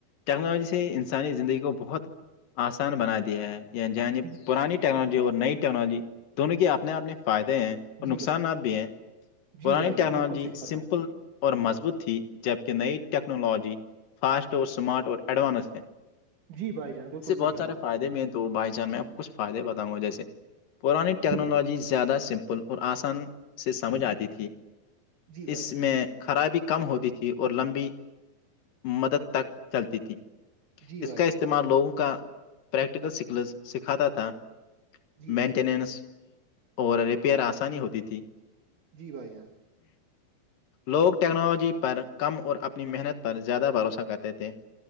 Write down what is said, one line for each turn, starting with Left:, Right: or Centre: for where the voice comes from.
Left: ٹیکنالوجی سے انسانی زندگی کو بہت آسان بنا دیا ہے عنی
Right: جی
Left: پرانی ٹیکنالوجی اور نئی ٹیکنالوجی دونوں کے اپنے اپنے فائدے ہیں اور
Right: جی
Left: نقصانات
Right: بھائی
Left: بھی ہیں پرانی
Right: جی بھائی جان
Left: ٹیکنالوجی
Right: بالکل صحیح فرمایا
Left: سمپل
Right: آپ نے
Left: اور مضبوط تھی جبکہ نئی ٹیکنالوجی فاسٹ اور اسمارٹ اور ایڈوانس ہے
Right: جی بھائی جان بالکل
Left: اس سے
Right: صحیح
Left: بہت سارے
Right: آپ
Left: فائدے
Right: نے
Left: میں تو بائی چانس میں آپ کو کھ فائدے بتاؤںا و جیسے پرانی ٹیکنالوجی
Right: جی
Left: زیادہ سمپل اور آسان سے سمجھ آتی تھی
Right: جی بھائی
Left: اس
Right: جان
Left: میں خرابی کم ہوتی تھی اور لمبی مدد تک چلتی تھی
Right: جی
Left: اس
Right: بھائی
Left: کا
Right: جان
Left: استعمال لوگوں کا پریکٹیکل سکلز سکھاتا تھا
Right: جی بھائی
Left: مینٹیننس
Right: جان
Left: اور ریپیئر آسانی ہوتی تھی
Right: جی بھائی جان
Left: لوگ ٹیکنالوجی پر کم اور اپنی محنت پر زیادہ بھروسہ کرتے تھے